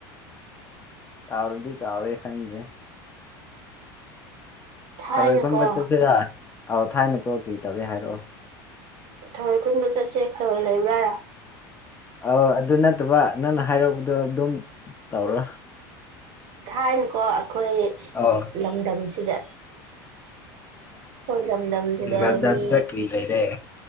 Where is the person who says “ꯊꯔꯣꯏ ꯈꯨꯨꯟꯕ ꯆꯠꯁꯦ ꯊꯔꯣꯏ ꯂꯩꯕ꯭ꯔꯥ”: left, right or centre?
Right